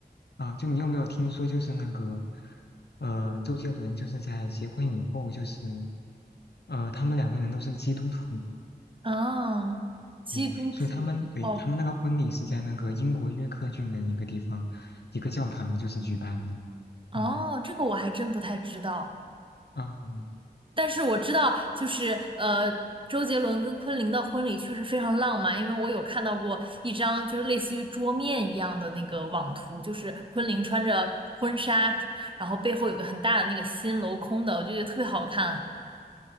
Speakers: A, on the left; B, on the right.
A: 啊，就你有没有听说就是那个，呃，周杰伦就是在结婚以后就是，呃，他们两个人都是基督徒，
B: 哦，基督徒，
A: 对，所以他们对他们那个婚礼是在那个英国约克郡的一个地方，
B: 哦
A: 一个教堂就是举办的。
B: 哦，
A: 嗯
B: 这个我还真不太知道。
A: 啊嗯
B: 但是我知道，就是呃，周杰伦跟昆凌的婚礼确实非常浪漫，因为我有看到过一张就是类似于桌面一样的那个网图，就是昆凌穿着婚纱，然后背后有个很大的那个心镂空的，我就觉得特别好看。